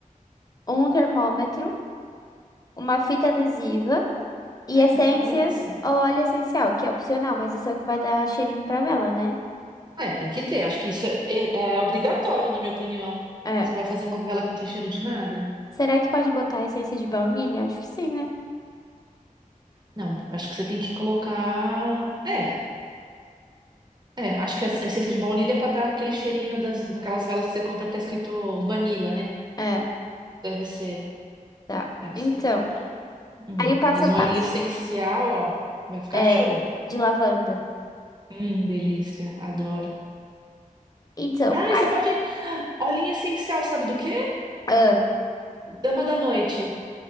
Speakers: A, on the left; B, on the right.
A: um termômetro, uma fita adesiva e
B: Ai,
A: essências
B: quanta coisa!
A: ou óleo essencial, que é opcional, mas isso é o que vai dar cheirinho pra vela, né?
B: É, tem que ter. Acho que isso é, é- é obrigatório, na minha opinião.
A: É.
B: Você vai fazer uma vela que não tem cheiro de nada?
A: Será que pode botar essência de baunilha? Acho que sim, né?
B: Não, acho que você tem que colocar. É, é. Acho que a essência de baunilha é pra dar aquele cheirinho das, daquelas velas que você compra que tá escrito vanilla, né?
A: É,
B: Deve ser,
A: tá.
B: deve
A: Então,
B: ser. Hum,
A: aí o passo
B: mas
A: a
B: um
A: passo.
B: olhinho essencial, ó, vai ficar
A: É,
B: show.
A: de lavanda.
B: Hum, delícia, adoro.
A: Então,
B: Ah,
A: ai,
B: você pode. Olhinho essencial, sabe do quê?
A: ah,
B: Dama da noite.